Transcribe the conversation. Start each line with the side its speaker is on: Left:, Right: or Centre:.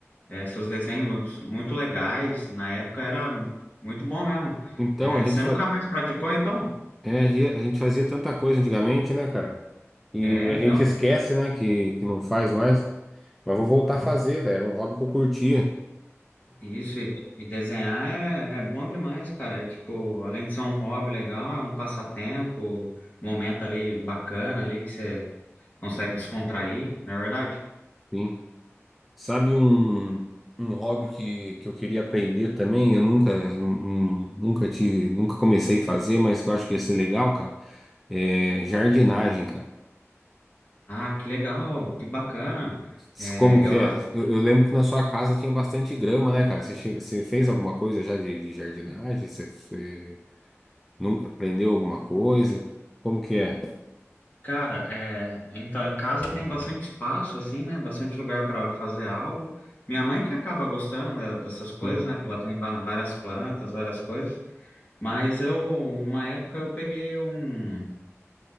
Left: é, seus desenhos muito legais. Na época era muito bom mesmo.
Centre: Então,
Left: É,
Centre: a gente,
Left: você
Centre: fa...
Left: nunca mais praticou, então?
Centre: é, a gente fazia tanta coisa antigamente, né, cara? E
Left: É,
Centre: a
Left: então.
Centre: gente esquece, né, que, que não faz mais. Mas vou voltar a fazer, velho. Era um hobby que eu curtia.
Left: Isso, e, e desenhar é, é bom demais, cara. É, tipo, além de ser um hobby legal, é um passatempo, momento ali bacana ali que você consegue descontrair, não é verdade?
Centre: sim. Sabe um, um hobby que, que eu queria aprender também? Eu nunca, nun- nunca tive, nunca comecei a fazer, mas que eu acho que ia ser legal, cara. É jardinagem, cara.
Left: Ah, que legal, que bacana.
Centre: S-
Left: É,
Centre: Como que
Left: eu
Centre: é?
Left: acho,
Centre: Eu, eu lembro que na sua casa tinha bastante grama, né, cara? Você, chega- você fez alguma coisa já de, de jardinagem? Você, você nunca aprendeu alguma coisa? Como que é?
Left: cara, é, então em casa tem bastante espaço, assim, né? Bastante lugar para fazer algo. Minha mãe que acaba gostando né, dessas coisas,
Centre: Sim.
Left: né? Que ela tem va- várias plantas, várias coisas. Mas eu, uma época, eu peguei um,